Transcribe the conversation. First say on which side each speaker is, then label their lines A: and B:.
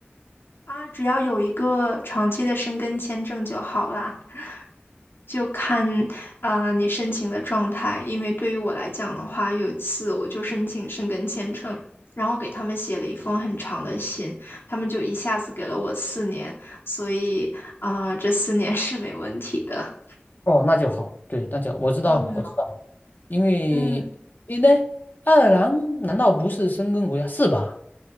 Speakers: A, on the left; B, on the left.
A: 啊，只要有一个长期的申根签证就好啦，就看啊、呃你申请的状态。因为对于我来讲的话，有一次我就申请申根签证，然后给他们写了一封很长的信，他们就一下子给了我四年，所以啊、呃这四年 <laughs> 是没问题的。
B: 哦，那就好，对，那就我知道，
A: 嗯
B: 我知道，因为因为爱尔兰难道不是申根国家是吧？
A: 嗯。